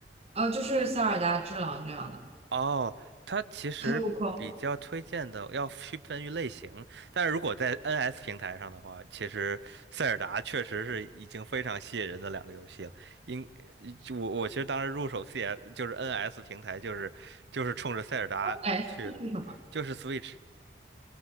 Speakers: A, on the right; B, on the right.
A: 呃，就是塞尔达之狼这样的，
B: 哦，它其实比较推荐的要区分于类型，
A: 还有光
B: 但是如果在 NS 平台上的话，其实塞尔达确实是已经非常吸引人的两个游戏了。应，我我其实当时入手 CS 就是 NS 平台，就是就是冲着塞尔达去的，
A: S 是什么？
B: 就是 Switch，